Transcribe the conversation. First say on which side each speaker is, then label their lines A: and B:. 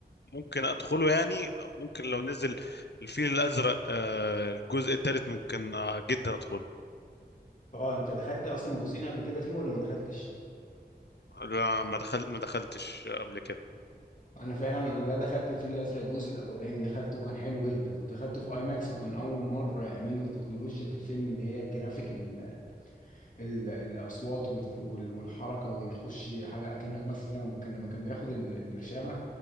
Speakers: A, on the left (about 75°); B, on the left (about 50°).
A: ممكن ادخله يعني ممكن لو نزل الفيل الازرق آه، الجزء الثالث ممكن آه، جدا ادخله
B: اه انت دخلت اصلا جزئين قبل كده فيه ولا ما دخلتش
A: لا ما دخلت ما دخلتش قبل كده
B: انا فعلا بقى دخلت الفيل الازرق الجزء الاولاني دخلته وكان حلو جدا ودخلته في اي ماكس وكان اول مره يعملوا التكنولوجيا في الفيلم اللي هي الجرافيك ال ال الاصوات وال وال والحركه ويخش حاجه اكنك مثلا لما كان لما كان بياخد ال- البرشامه